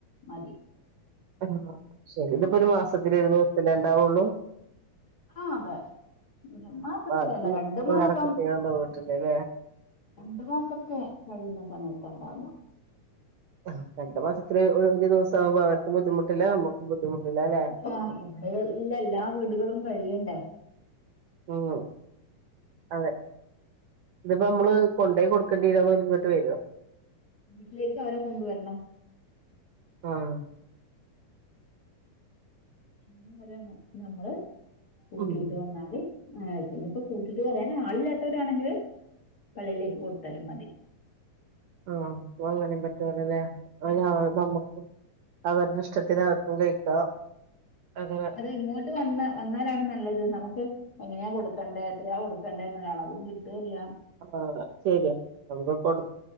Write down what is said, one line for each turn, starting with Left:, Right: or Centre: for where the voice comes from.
Left: മതി
Right: ആഹ്‌ ശരി ഇത്പ്പോ ഒരു മാസത്തില് ഒരു ദിവസല്ലെ ഇണ്ടാവൊള്ളു
Left: ആഹ്‌ അതെ ഒരു മാസത്തിലല്ല
Right: ബാക്കി
Left: രണ്ട്
Right: വേറെ
Left: മാസം
Right: കുട്ടികളുടെ വീട്ടിലല്ലേ
Left: രണ്ട് മാസൊക്കെ കഴിയുന്ന സമയത്ത ഇണ്ടാ
Right: ആഹ് രണ്ട് മാസത്തില് ഒരു ഒരു ദിവസാവുബോ അവർക്കും ബുദ്ധിമുട്ടില്ല നമ്മക്കും ബുദ്ധിമുട്ടില്ലല്ലേ
Left: ആഹ് ഇവിടെ ഇല്ല എല്ലാ വീട്കളും കഴിയണ്ടേ
Right: ഉം അതെ ഇത്പ്പോ നമ്മള് കൊണ്ടേയി കൊടുക്കണ്ടേരോ അതോ ഓല് ഇങ്ങട്ട് വെരോ
Left: വീട്ടിലേക്ക് അവരെ കൊണ്ടുവര്ണം
Right: ആഹ്‌
Left: മ് അവരെ നമ്മള് കൂട്ടീട്ട്
Right: ഉം
Left: വന്നാല് മേ പിന്നെ ഇപ്പോ കൂട്ടിട്ട് വരാന് ആളില്ലാത്തവരാണെങ്കില് പള്ളിയിലേക്ക് കൊടുത്താലും മതി
Right: ആഹ്‌ അപ്പോ അങ്ങനിം പറ്റൊലൊല്ലേ അതാ
Left: ആ
Right: നമ്മ അവര്ടെ ഇഷ്ടത്തിന് അവർക്കും കഴിക്കാം അങ്ങനെ
Left: ഇത് ഇങ്ങോട്ട് വന്ന് വന്നാലാണ് നല്ലത് നമുക്ക് എങ്ങനെയാ കൊടുക്കെണ്ടേ എത്രയാ കൊടുക്കെണ്ടേ എന്നരളവും കിട്ടേല്ല്യ
Right: ആഹ്‌ ശെര്യാ നമുക്ക് കൊടു